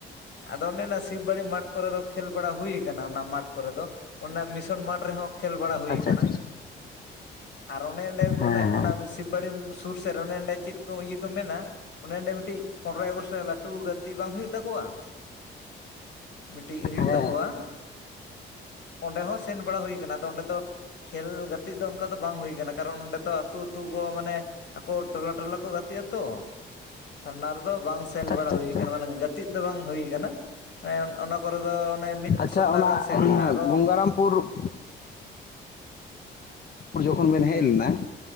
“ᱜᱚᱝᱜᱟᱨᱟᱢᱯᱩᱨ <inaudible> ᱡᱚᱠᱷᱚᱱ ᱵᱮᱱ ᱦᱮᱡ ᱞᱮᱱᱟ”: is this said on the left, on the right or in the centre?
Left